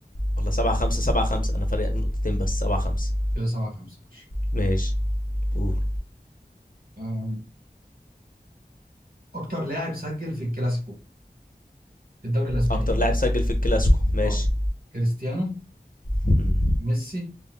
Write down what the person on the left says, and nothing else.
والله سبعة خمسة سبعة خمسة أنا فارق نقطتين بس سبعة خمسة
ماشي قول
أكتر
لاعب سجل في الكلاسيكو ماشي
مم.